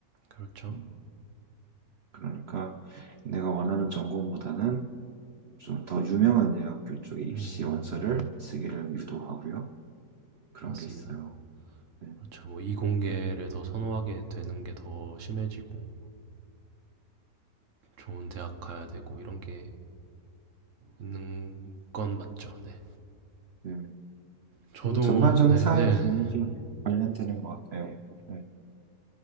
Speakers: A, on the right (about 50°); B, on the right (about 75°).
A: 그렇죠.
B: 음, 그러니까 내가 원하는 전공보다는 좀 더 유명한 대학교 쪽에 입시
A: 음.
B: 원서를 쓰기를 유도하고요. 그런
A: 맞습니다.
B: 게 있어요. 네.
A: 그렇죠. 뭐 이공계를 더 선호하게 되는 게 더 심해지고 좋은 대학 가야 되고 이런 게 있는 건 맞죠. 네.
B: 음,
A: 저도
B: 음, 전반적인
A: 네네
B: 사회
A: 네,
B: 분위기
A: 네.
B: 관련되는 것 같아요. 네.